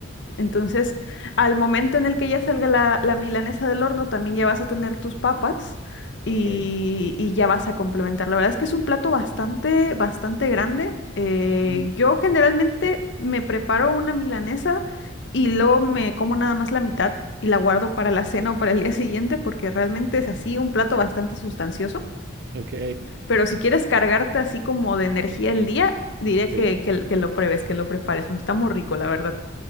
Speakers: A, on the left; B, on the right.
A: Entonces, al momento en el que ya salga la, la milanesa del horno, también ya vas a tener tus papas y,
B: Ok.
A: y ya vas a complementar. La verdad es que es un plato bastante, bastante grande. Eh,
B: Ujú.
A: yo generalmente me preparo una milanesa y luego me como nada más la mitad y la guardo para la cena o para el día <laughs> siguiente porque realmente es así un plato bastante sustancioso.
B: Ok,
A: Pero si quieres cargarte así como de energía el día, diré
B: sí.
A: que, que, que lo pruebes, que lo prepares, porque está muy rico, la verdad.